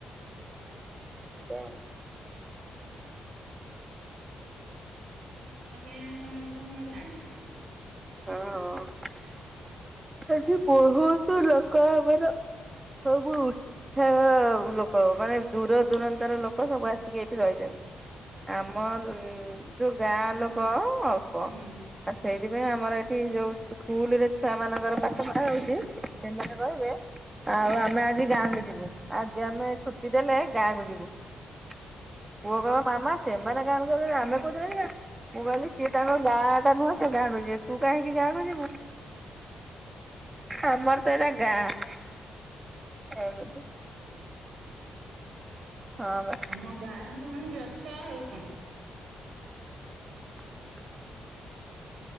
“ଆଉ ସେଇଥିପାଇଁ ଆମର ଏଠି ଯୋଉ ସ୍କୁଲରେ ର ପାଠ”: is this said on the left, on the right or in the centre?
Right